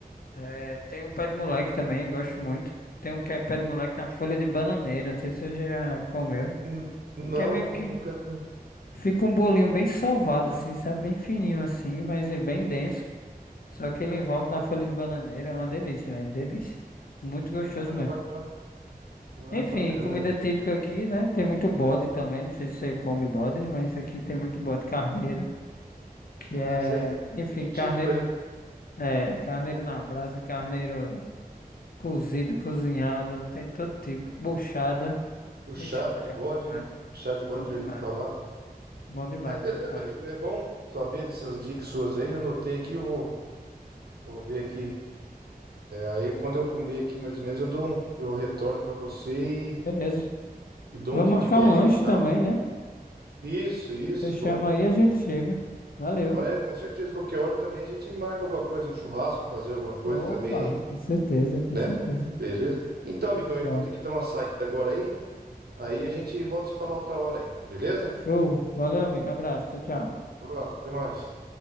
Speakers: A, on the left; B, on the right.
A: É, tem um pé de moleque também, eu gosto muito. Tem um que é pé de moleque na folha de bananeira, não sei se você já comeu.
B: Hum, Não,
A: Que é meio
B: nu-
A: que
B: nunca. comi.
A: fica um bolinho bem sovado, assim, sabe? Bem fininho assim, mas é bem denso. Só que ele envolve na folha de bananeira, é uma delícia, velho, delícia. Muito gostoso
B: Ah, é
A: mesmo.
B: bacana. Ah,
A: Enfim,
B: bacana.
A: comida típica aqui, né? Tem muito bode também, não sei se você come bode, mas aqui tem muito bode carneiro, que
B: Ah,
A: é,
B: isso aí é
A: enfim,
B: bem
A: carneiro,
B: típico aí, né?
A: é, carneiro na brasa, carneiro. Cozido, cozinhado, tem todo tipo. Buchada.
B: Buchada
A: Ixi, Maria,
B: de bode,
A: bom demais.
B: né? Buchada de bode,
A: Bom
B: já
A: demais.
B: vi falar.
A: Bom demais,
B: Mas beleza,
A: bom demais.
B: amigo, é bom saber dessas dicas suas aí. eu Anotei aqui, eu vou, vou ver aqui. Aí quando eu comer aqui, mais ou menos, eu dou um, eu retorno para você e,
A: Beleza.
B: e dou
A: Vamos
B: um feedback
A: marcar um lanche
B: aí e tal.
A: também, né?
B: Isso, isso,
A: Você chama
B: vamos,
A: aí, a gente chega. Valeu.
B: vai, com certeza, qualquer hora também a gente marca alguma coisa, um churrasco, fazer alguma coisa
A: Opa,
B: também aí,
A: com certeza, com
B: né?
A: certeza.
B: Beleza? Então, amigão,
A: Show de bola.
B: eu vou ter que dar uma saída agora aí, aí a gente volta a se falar outra hora aí, beleza?
A: Show. Valeu, amigo. Abraço. Tchau, tchau.
B: Um abraço, até mais.